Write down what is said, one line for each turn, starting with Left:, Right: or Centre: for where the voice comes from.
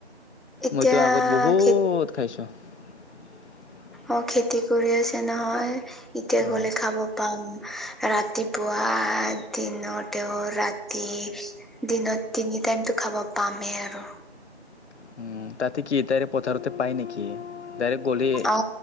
Centre: এতিয়া
Left: মইটো আগত বহুত খাইছোঁ। <inaudible>
Centre: অ' খেতি কৰি আছে নহয়, এতিয়া
Left: অঁ
Centre: গলে খাব পাম ৰাতিপুৱা। আ, দিনতেও, ৰাতি, দিনত তিনি টাইমটো খাব পামেই আৰু।
Left: <inaudible> উম, তাতে কি তাইৰে পথাৰতে পায় নেকি, ডাইৰেক্ট গ'লে
Centre: অ